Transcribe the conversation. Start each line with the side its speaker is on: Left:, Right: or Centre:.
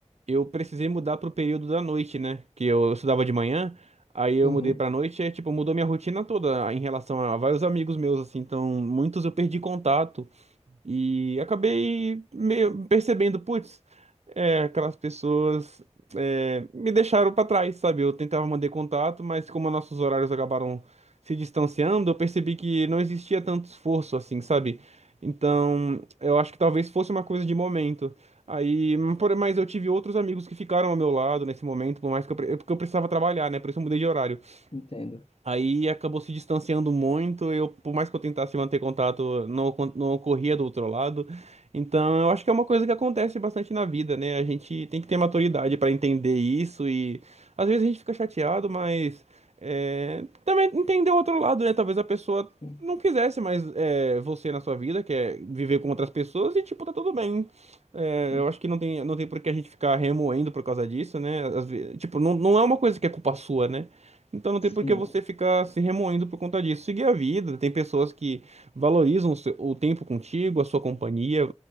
Right: eu precisei mudar pro período da noite, né? Que eu estudava de manhã, aí eu
Left: Uhum,
Right: mudei pra noite, e tipo, mudou minha rotina toda em relação a vários amigos meus, assim, então muitos eu perdi contato. E acabei meio percebendo, putz, é, aquelas pessoas é, me deixaram pra trás, sabe? Eu tentava manter contato, mas como nossos horários acabaram se distanciando, eu percebi que não existia tanto esforço assim, sabe? Então, eu acho que talvez fosse uma coisa de momento. Aí, por- mas eu tive outros amigos que ficaram ao meu lado nesse momento, por mais que eu, pre- é porque eu precisava trabalhar, né? Por isso eu mudei de horário.
Left: entendo.
Right: Aí acabou se distanciando muito. Eu, por mais que eu tentasse manter contato, não, ocon- não ocorria do outro lado. Então, eu acho que é uma coisa que acontece bastante na vida, né? A gente tem que ter maturidade para entender isso e às vezes a gente fica chateado, mas é, também entender o outro lado, né? Talvez a pessoa
Left: Sim,
Right: não quisesse mais é, você na sua vida, quer viver com outras pessoas e tipo tá tudo bem. É,
Left: sim.
Right: eu acho que não tem, não tem por que a gente ficar remoendo por causa disso, né? Às ve- tipo, não, não é uma coisa que é culpa sua, né? Então não tem
Left: Sim,
Right: por que você ficar se remoendo por conta disso. Seguir a vida. Tem pessoas que valorizam o seu- o tempo contigo, a sua companhia.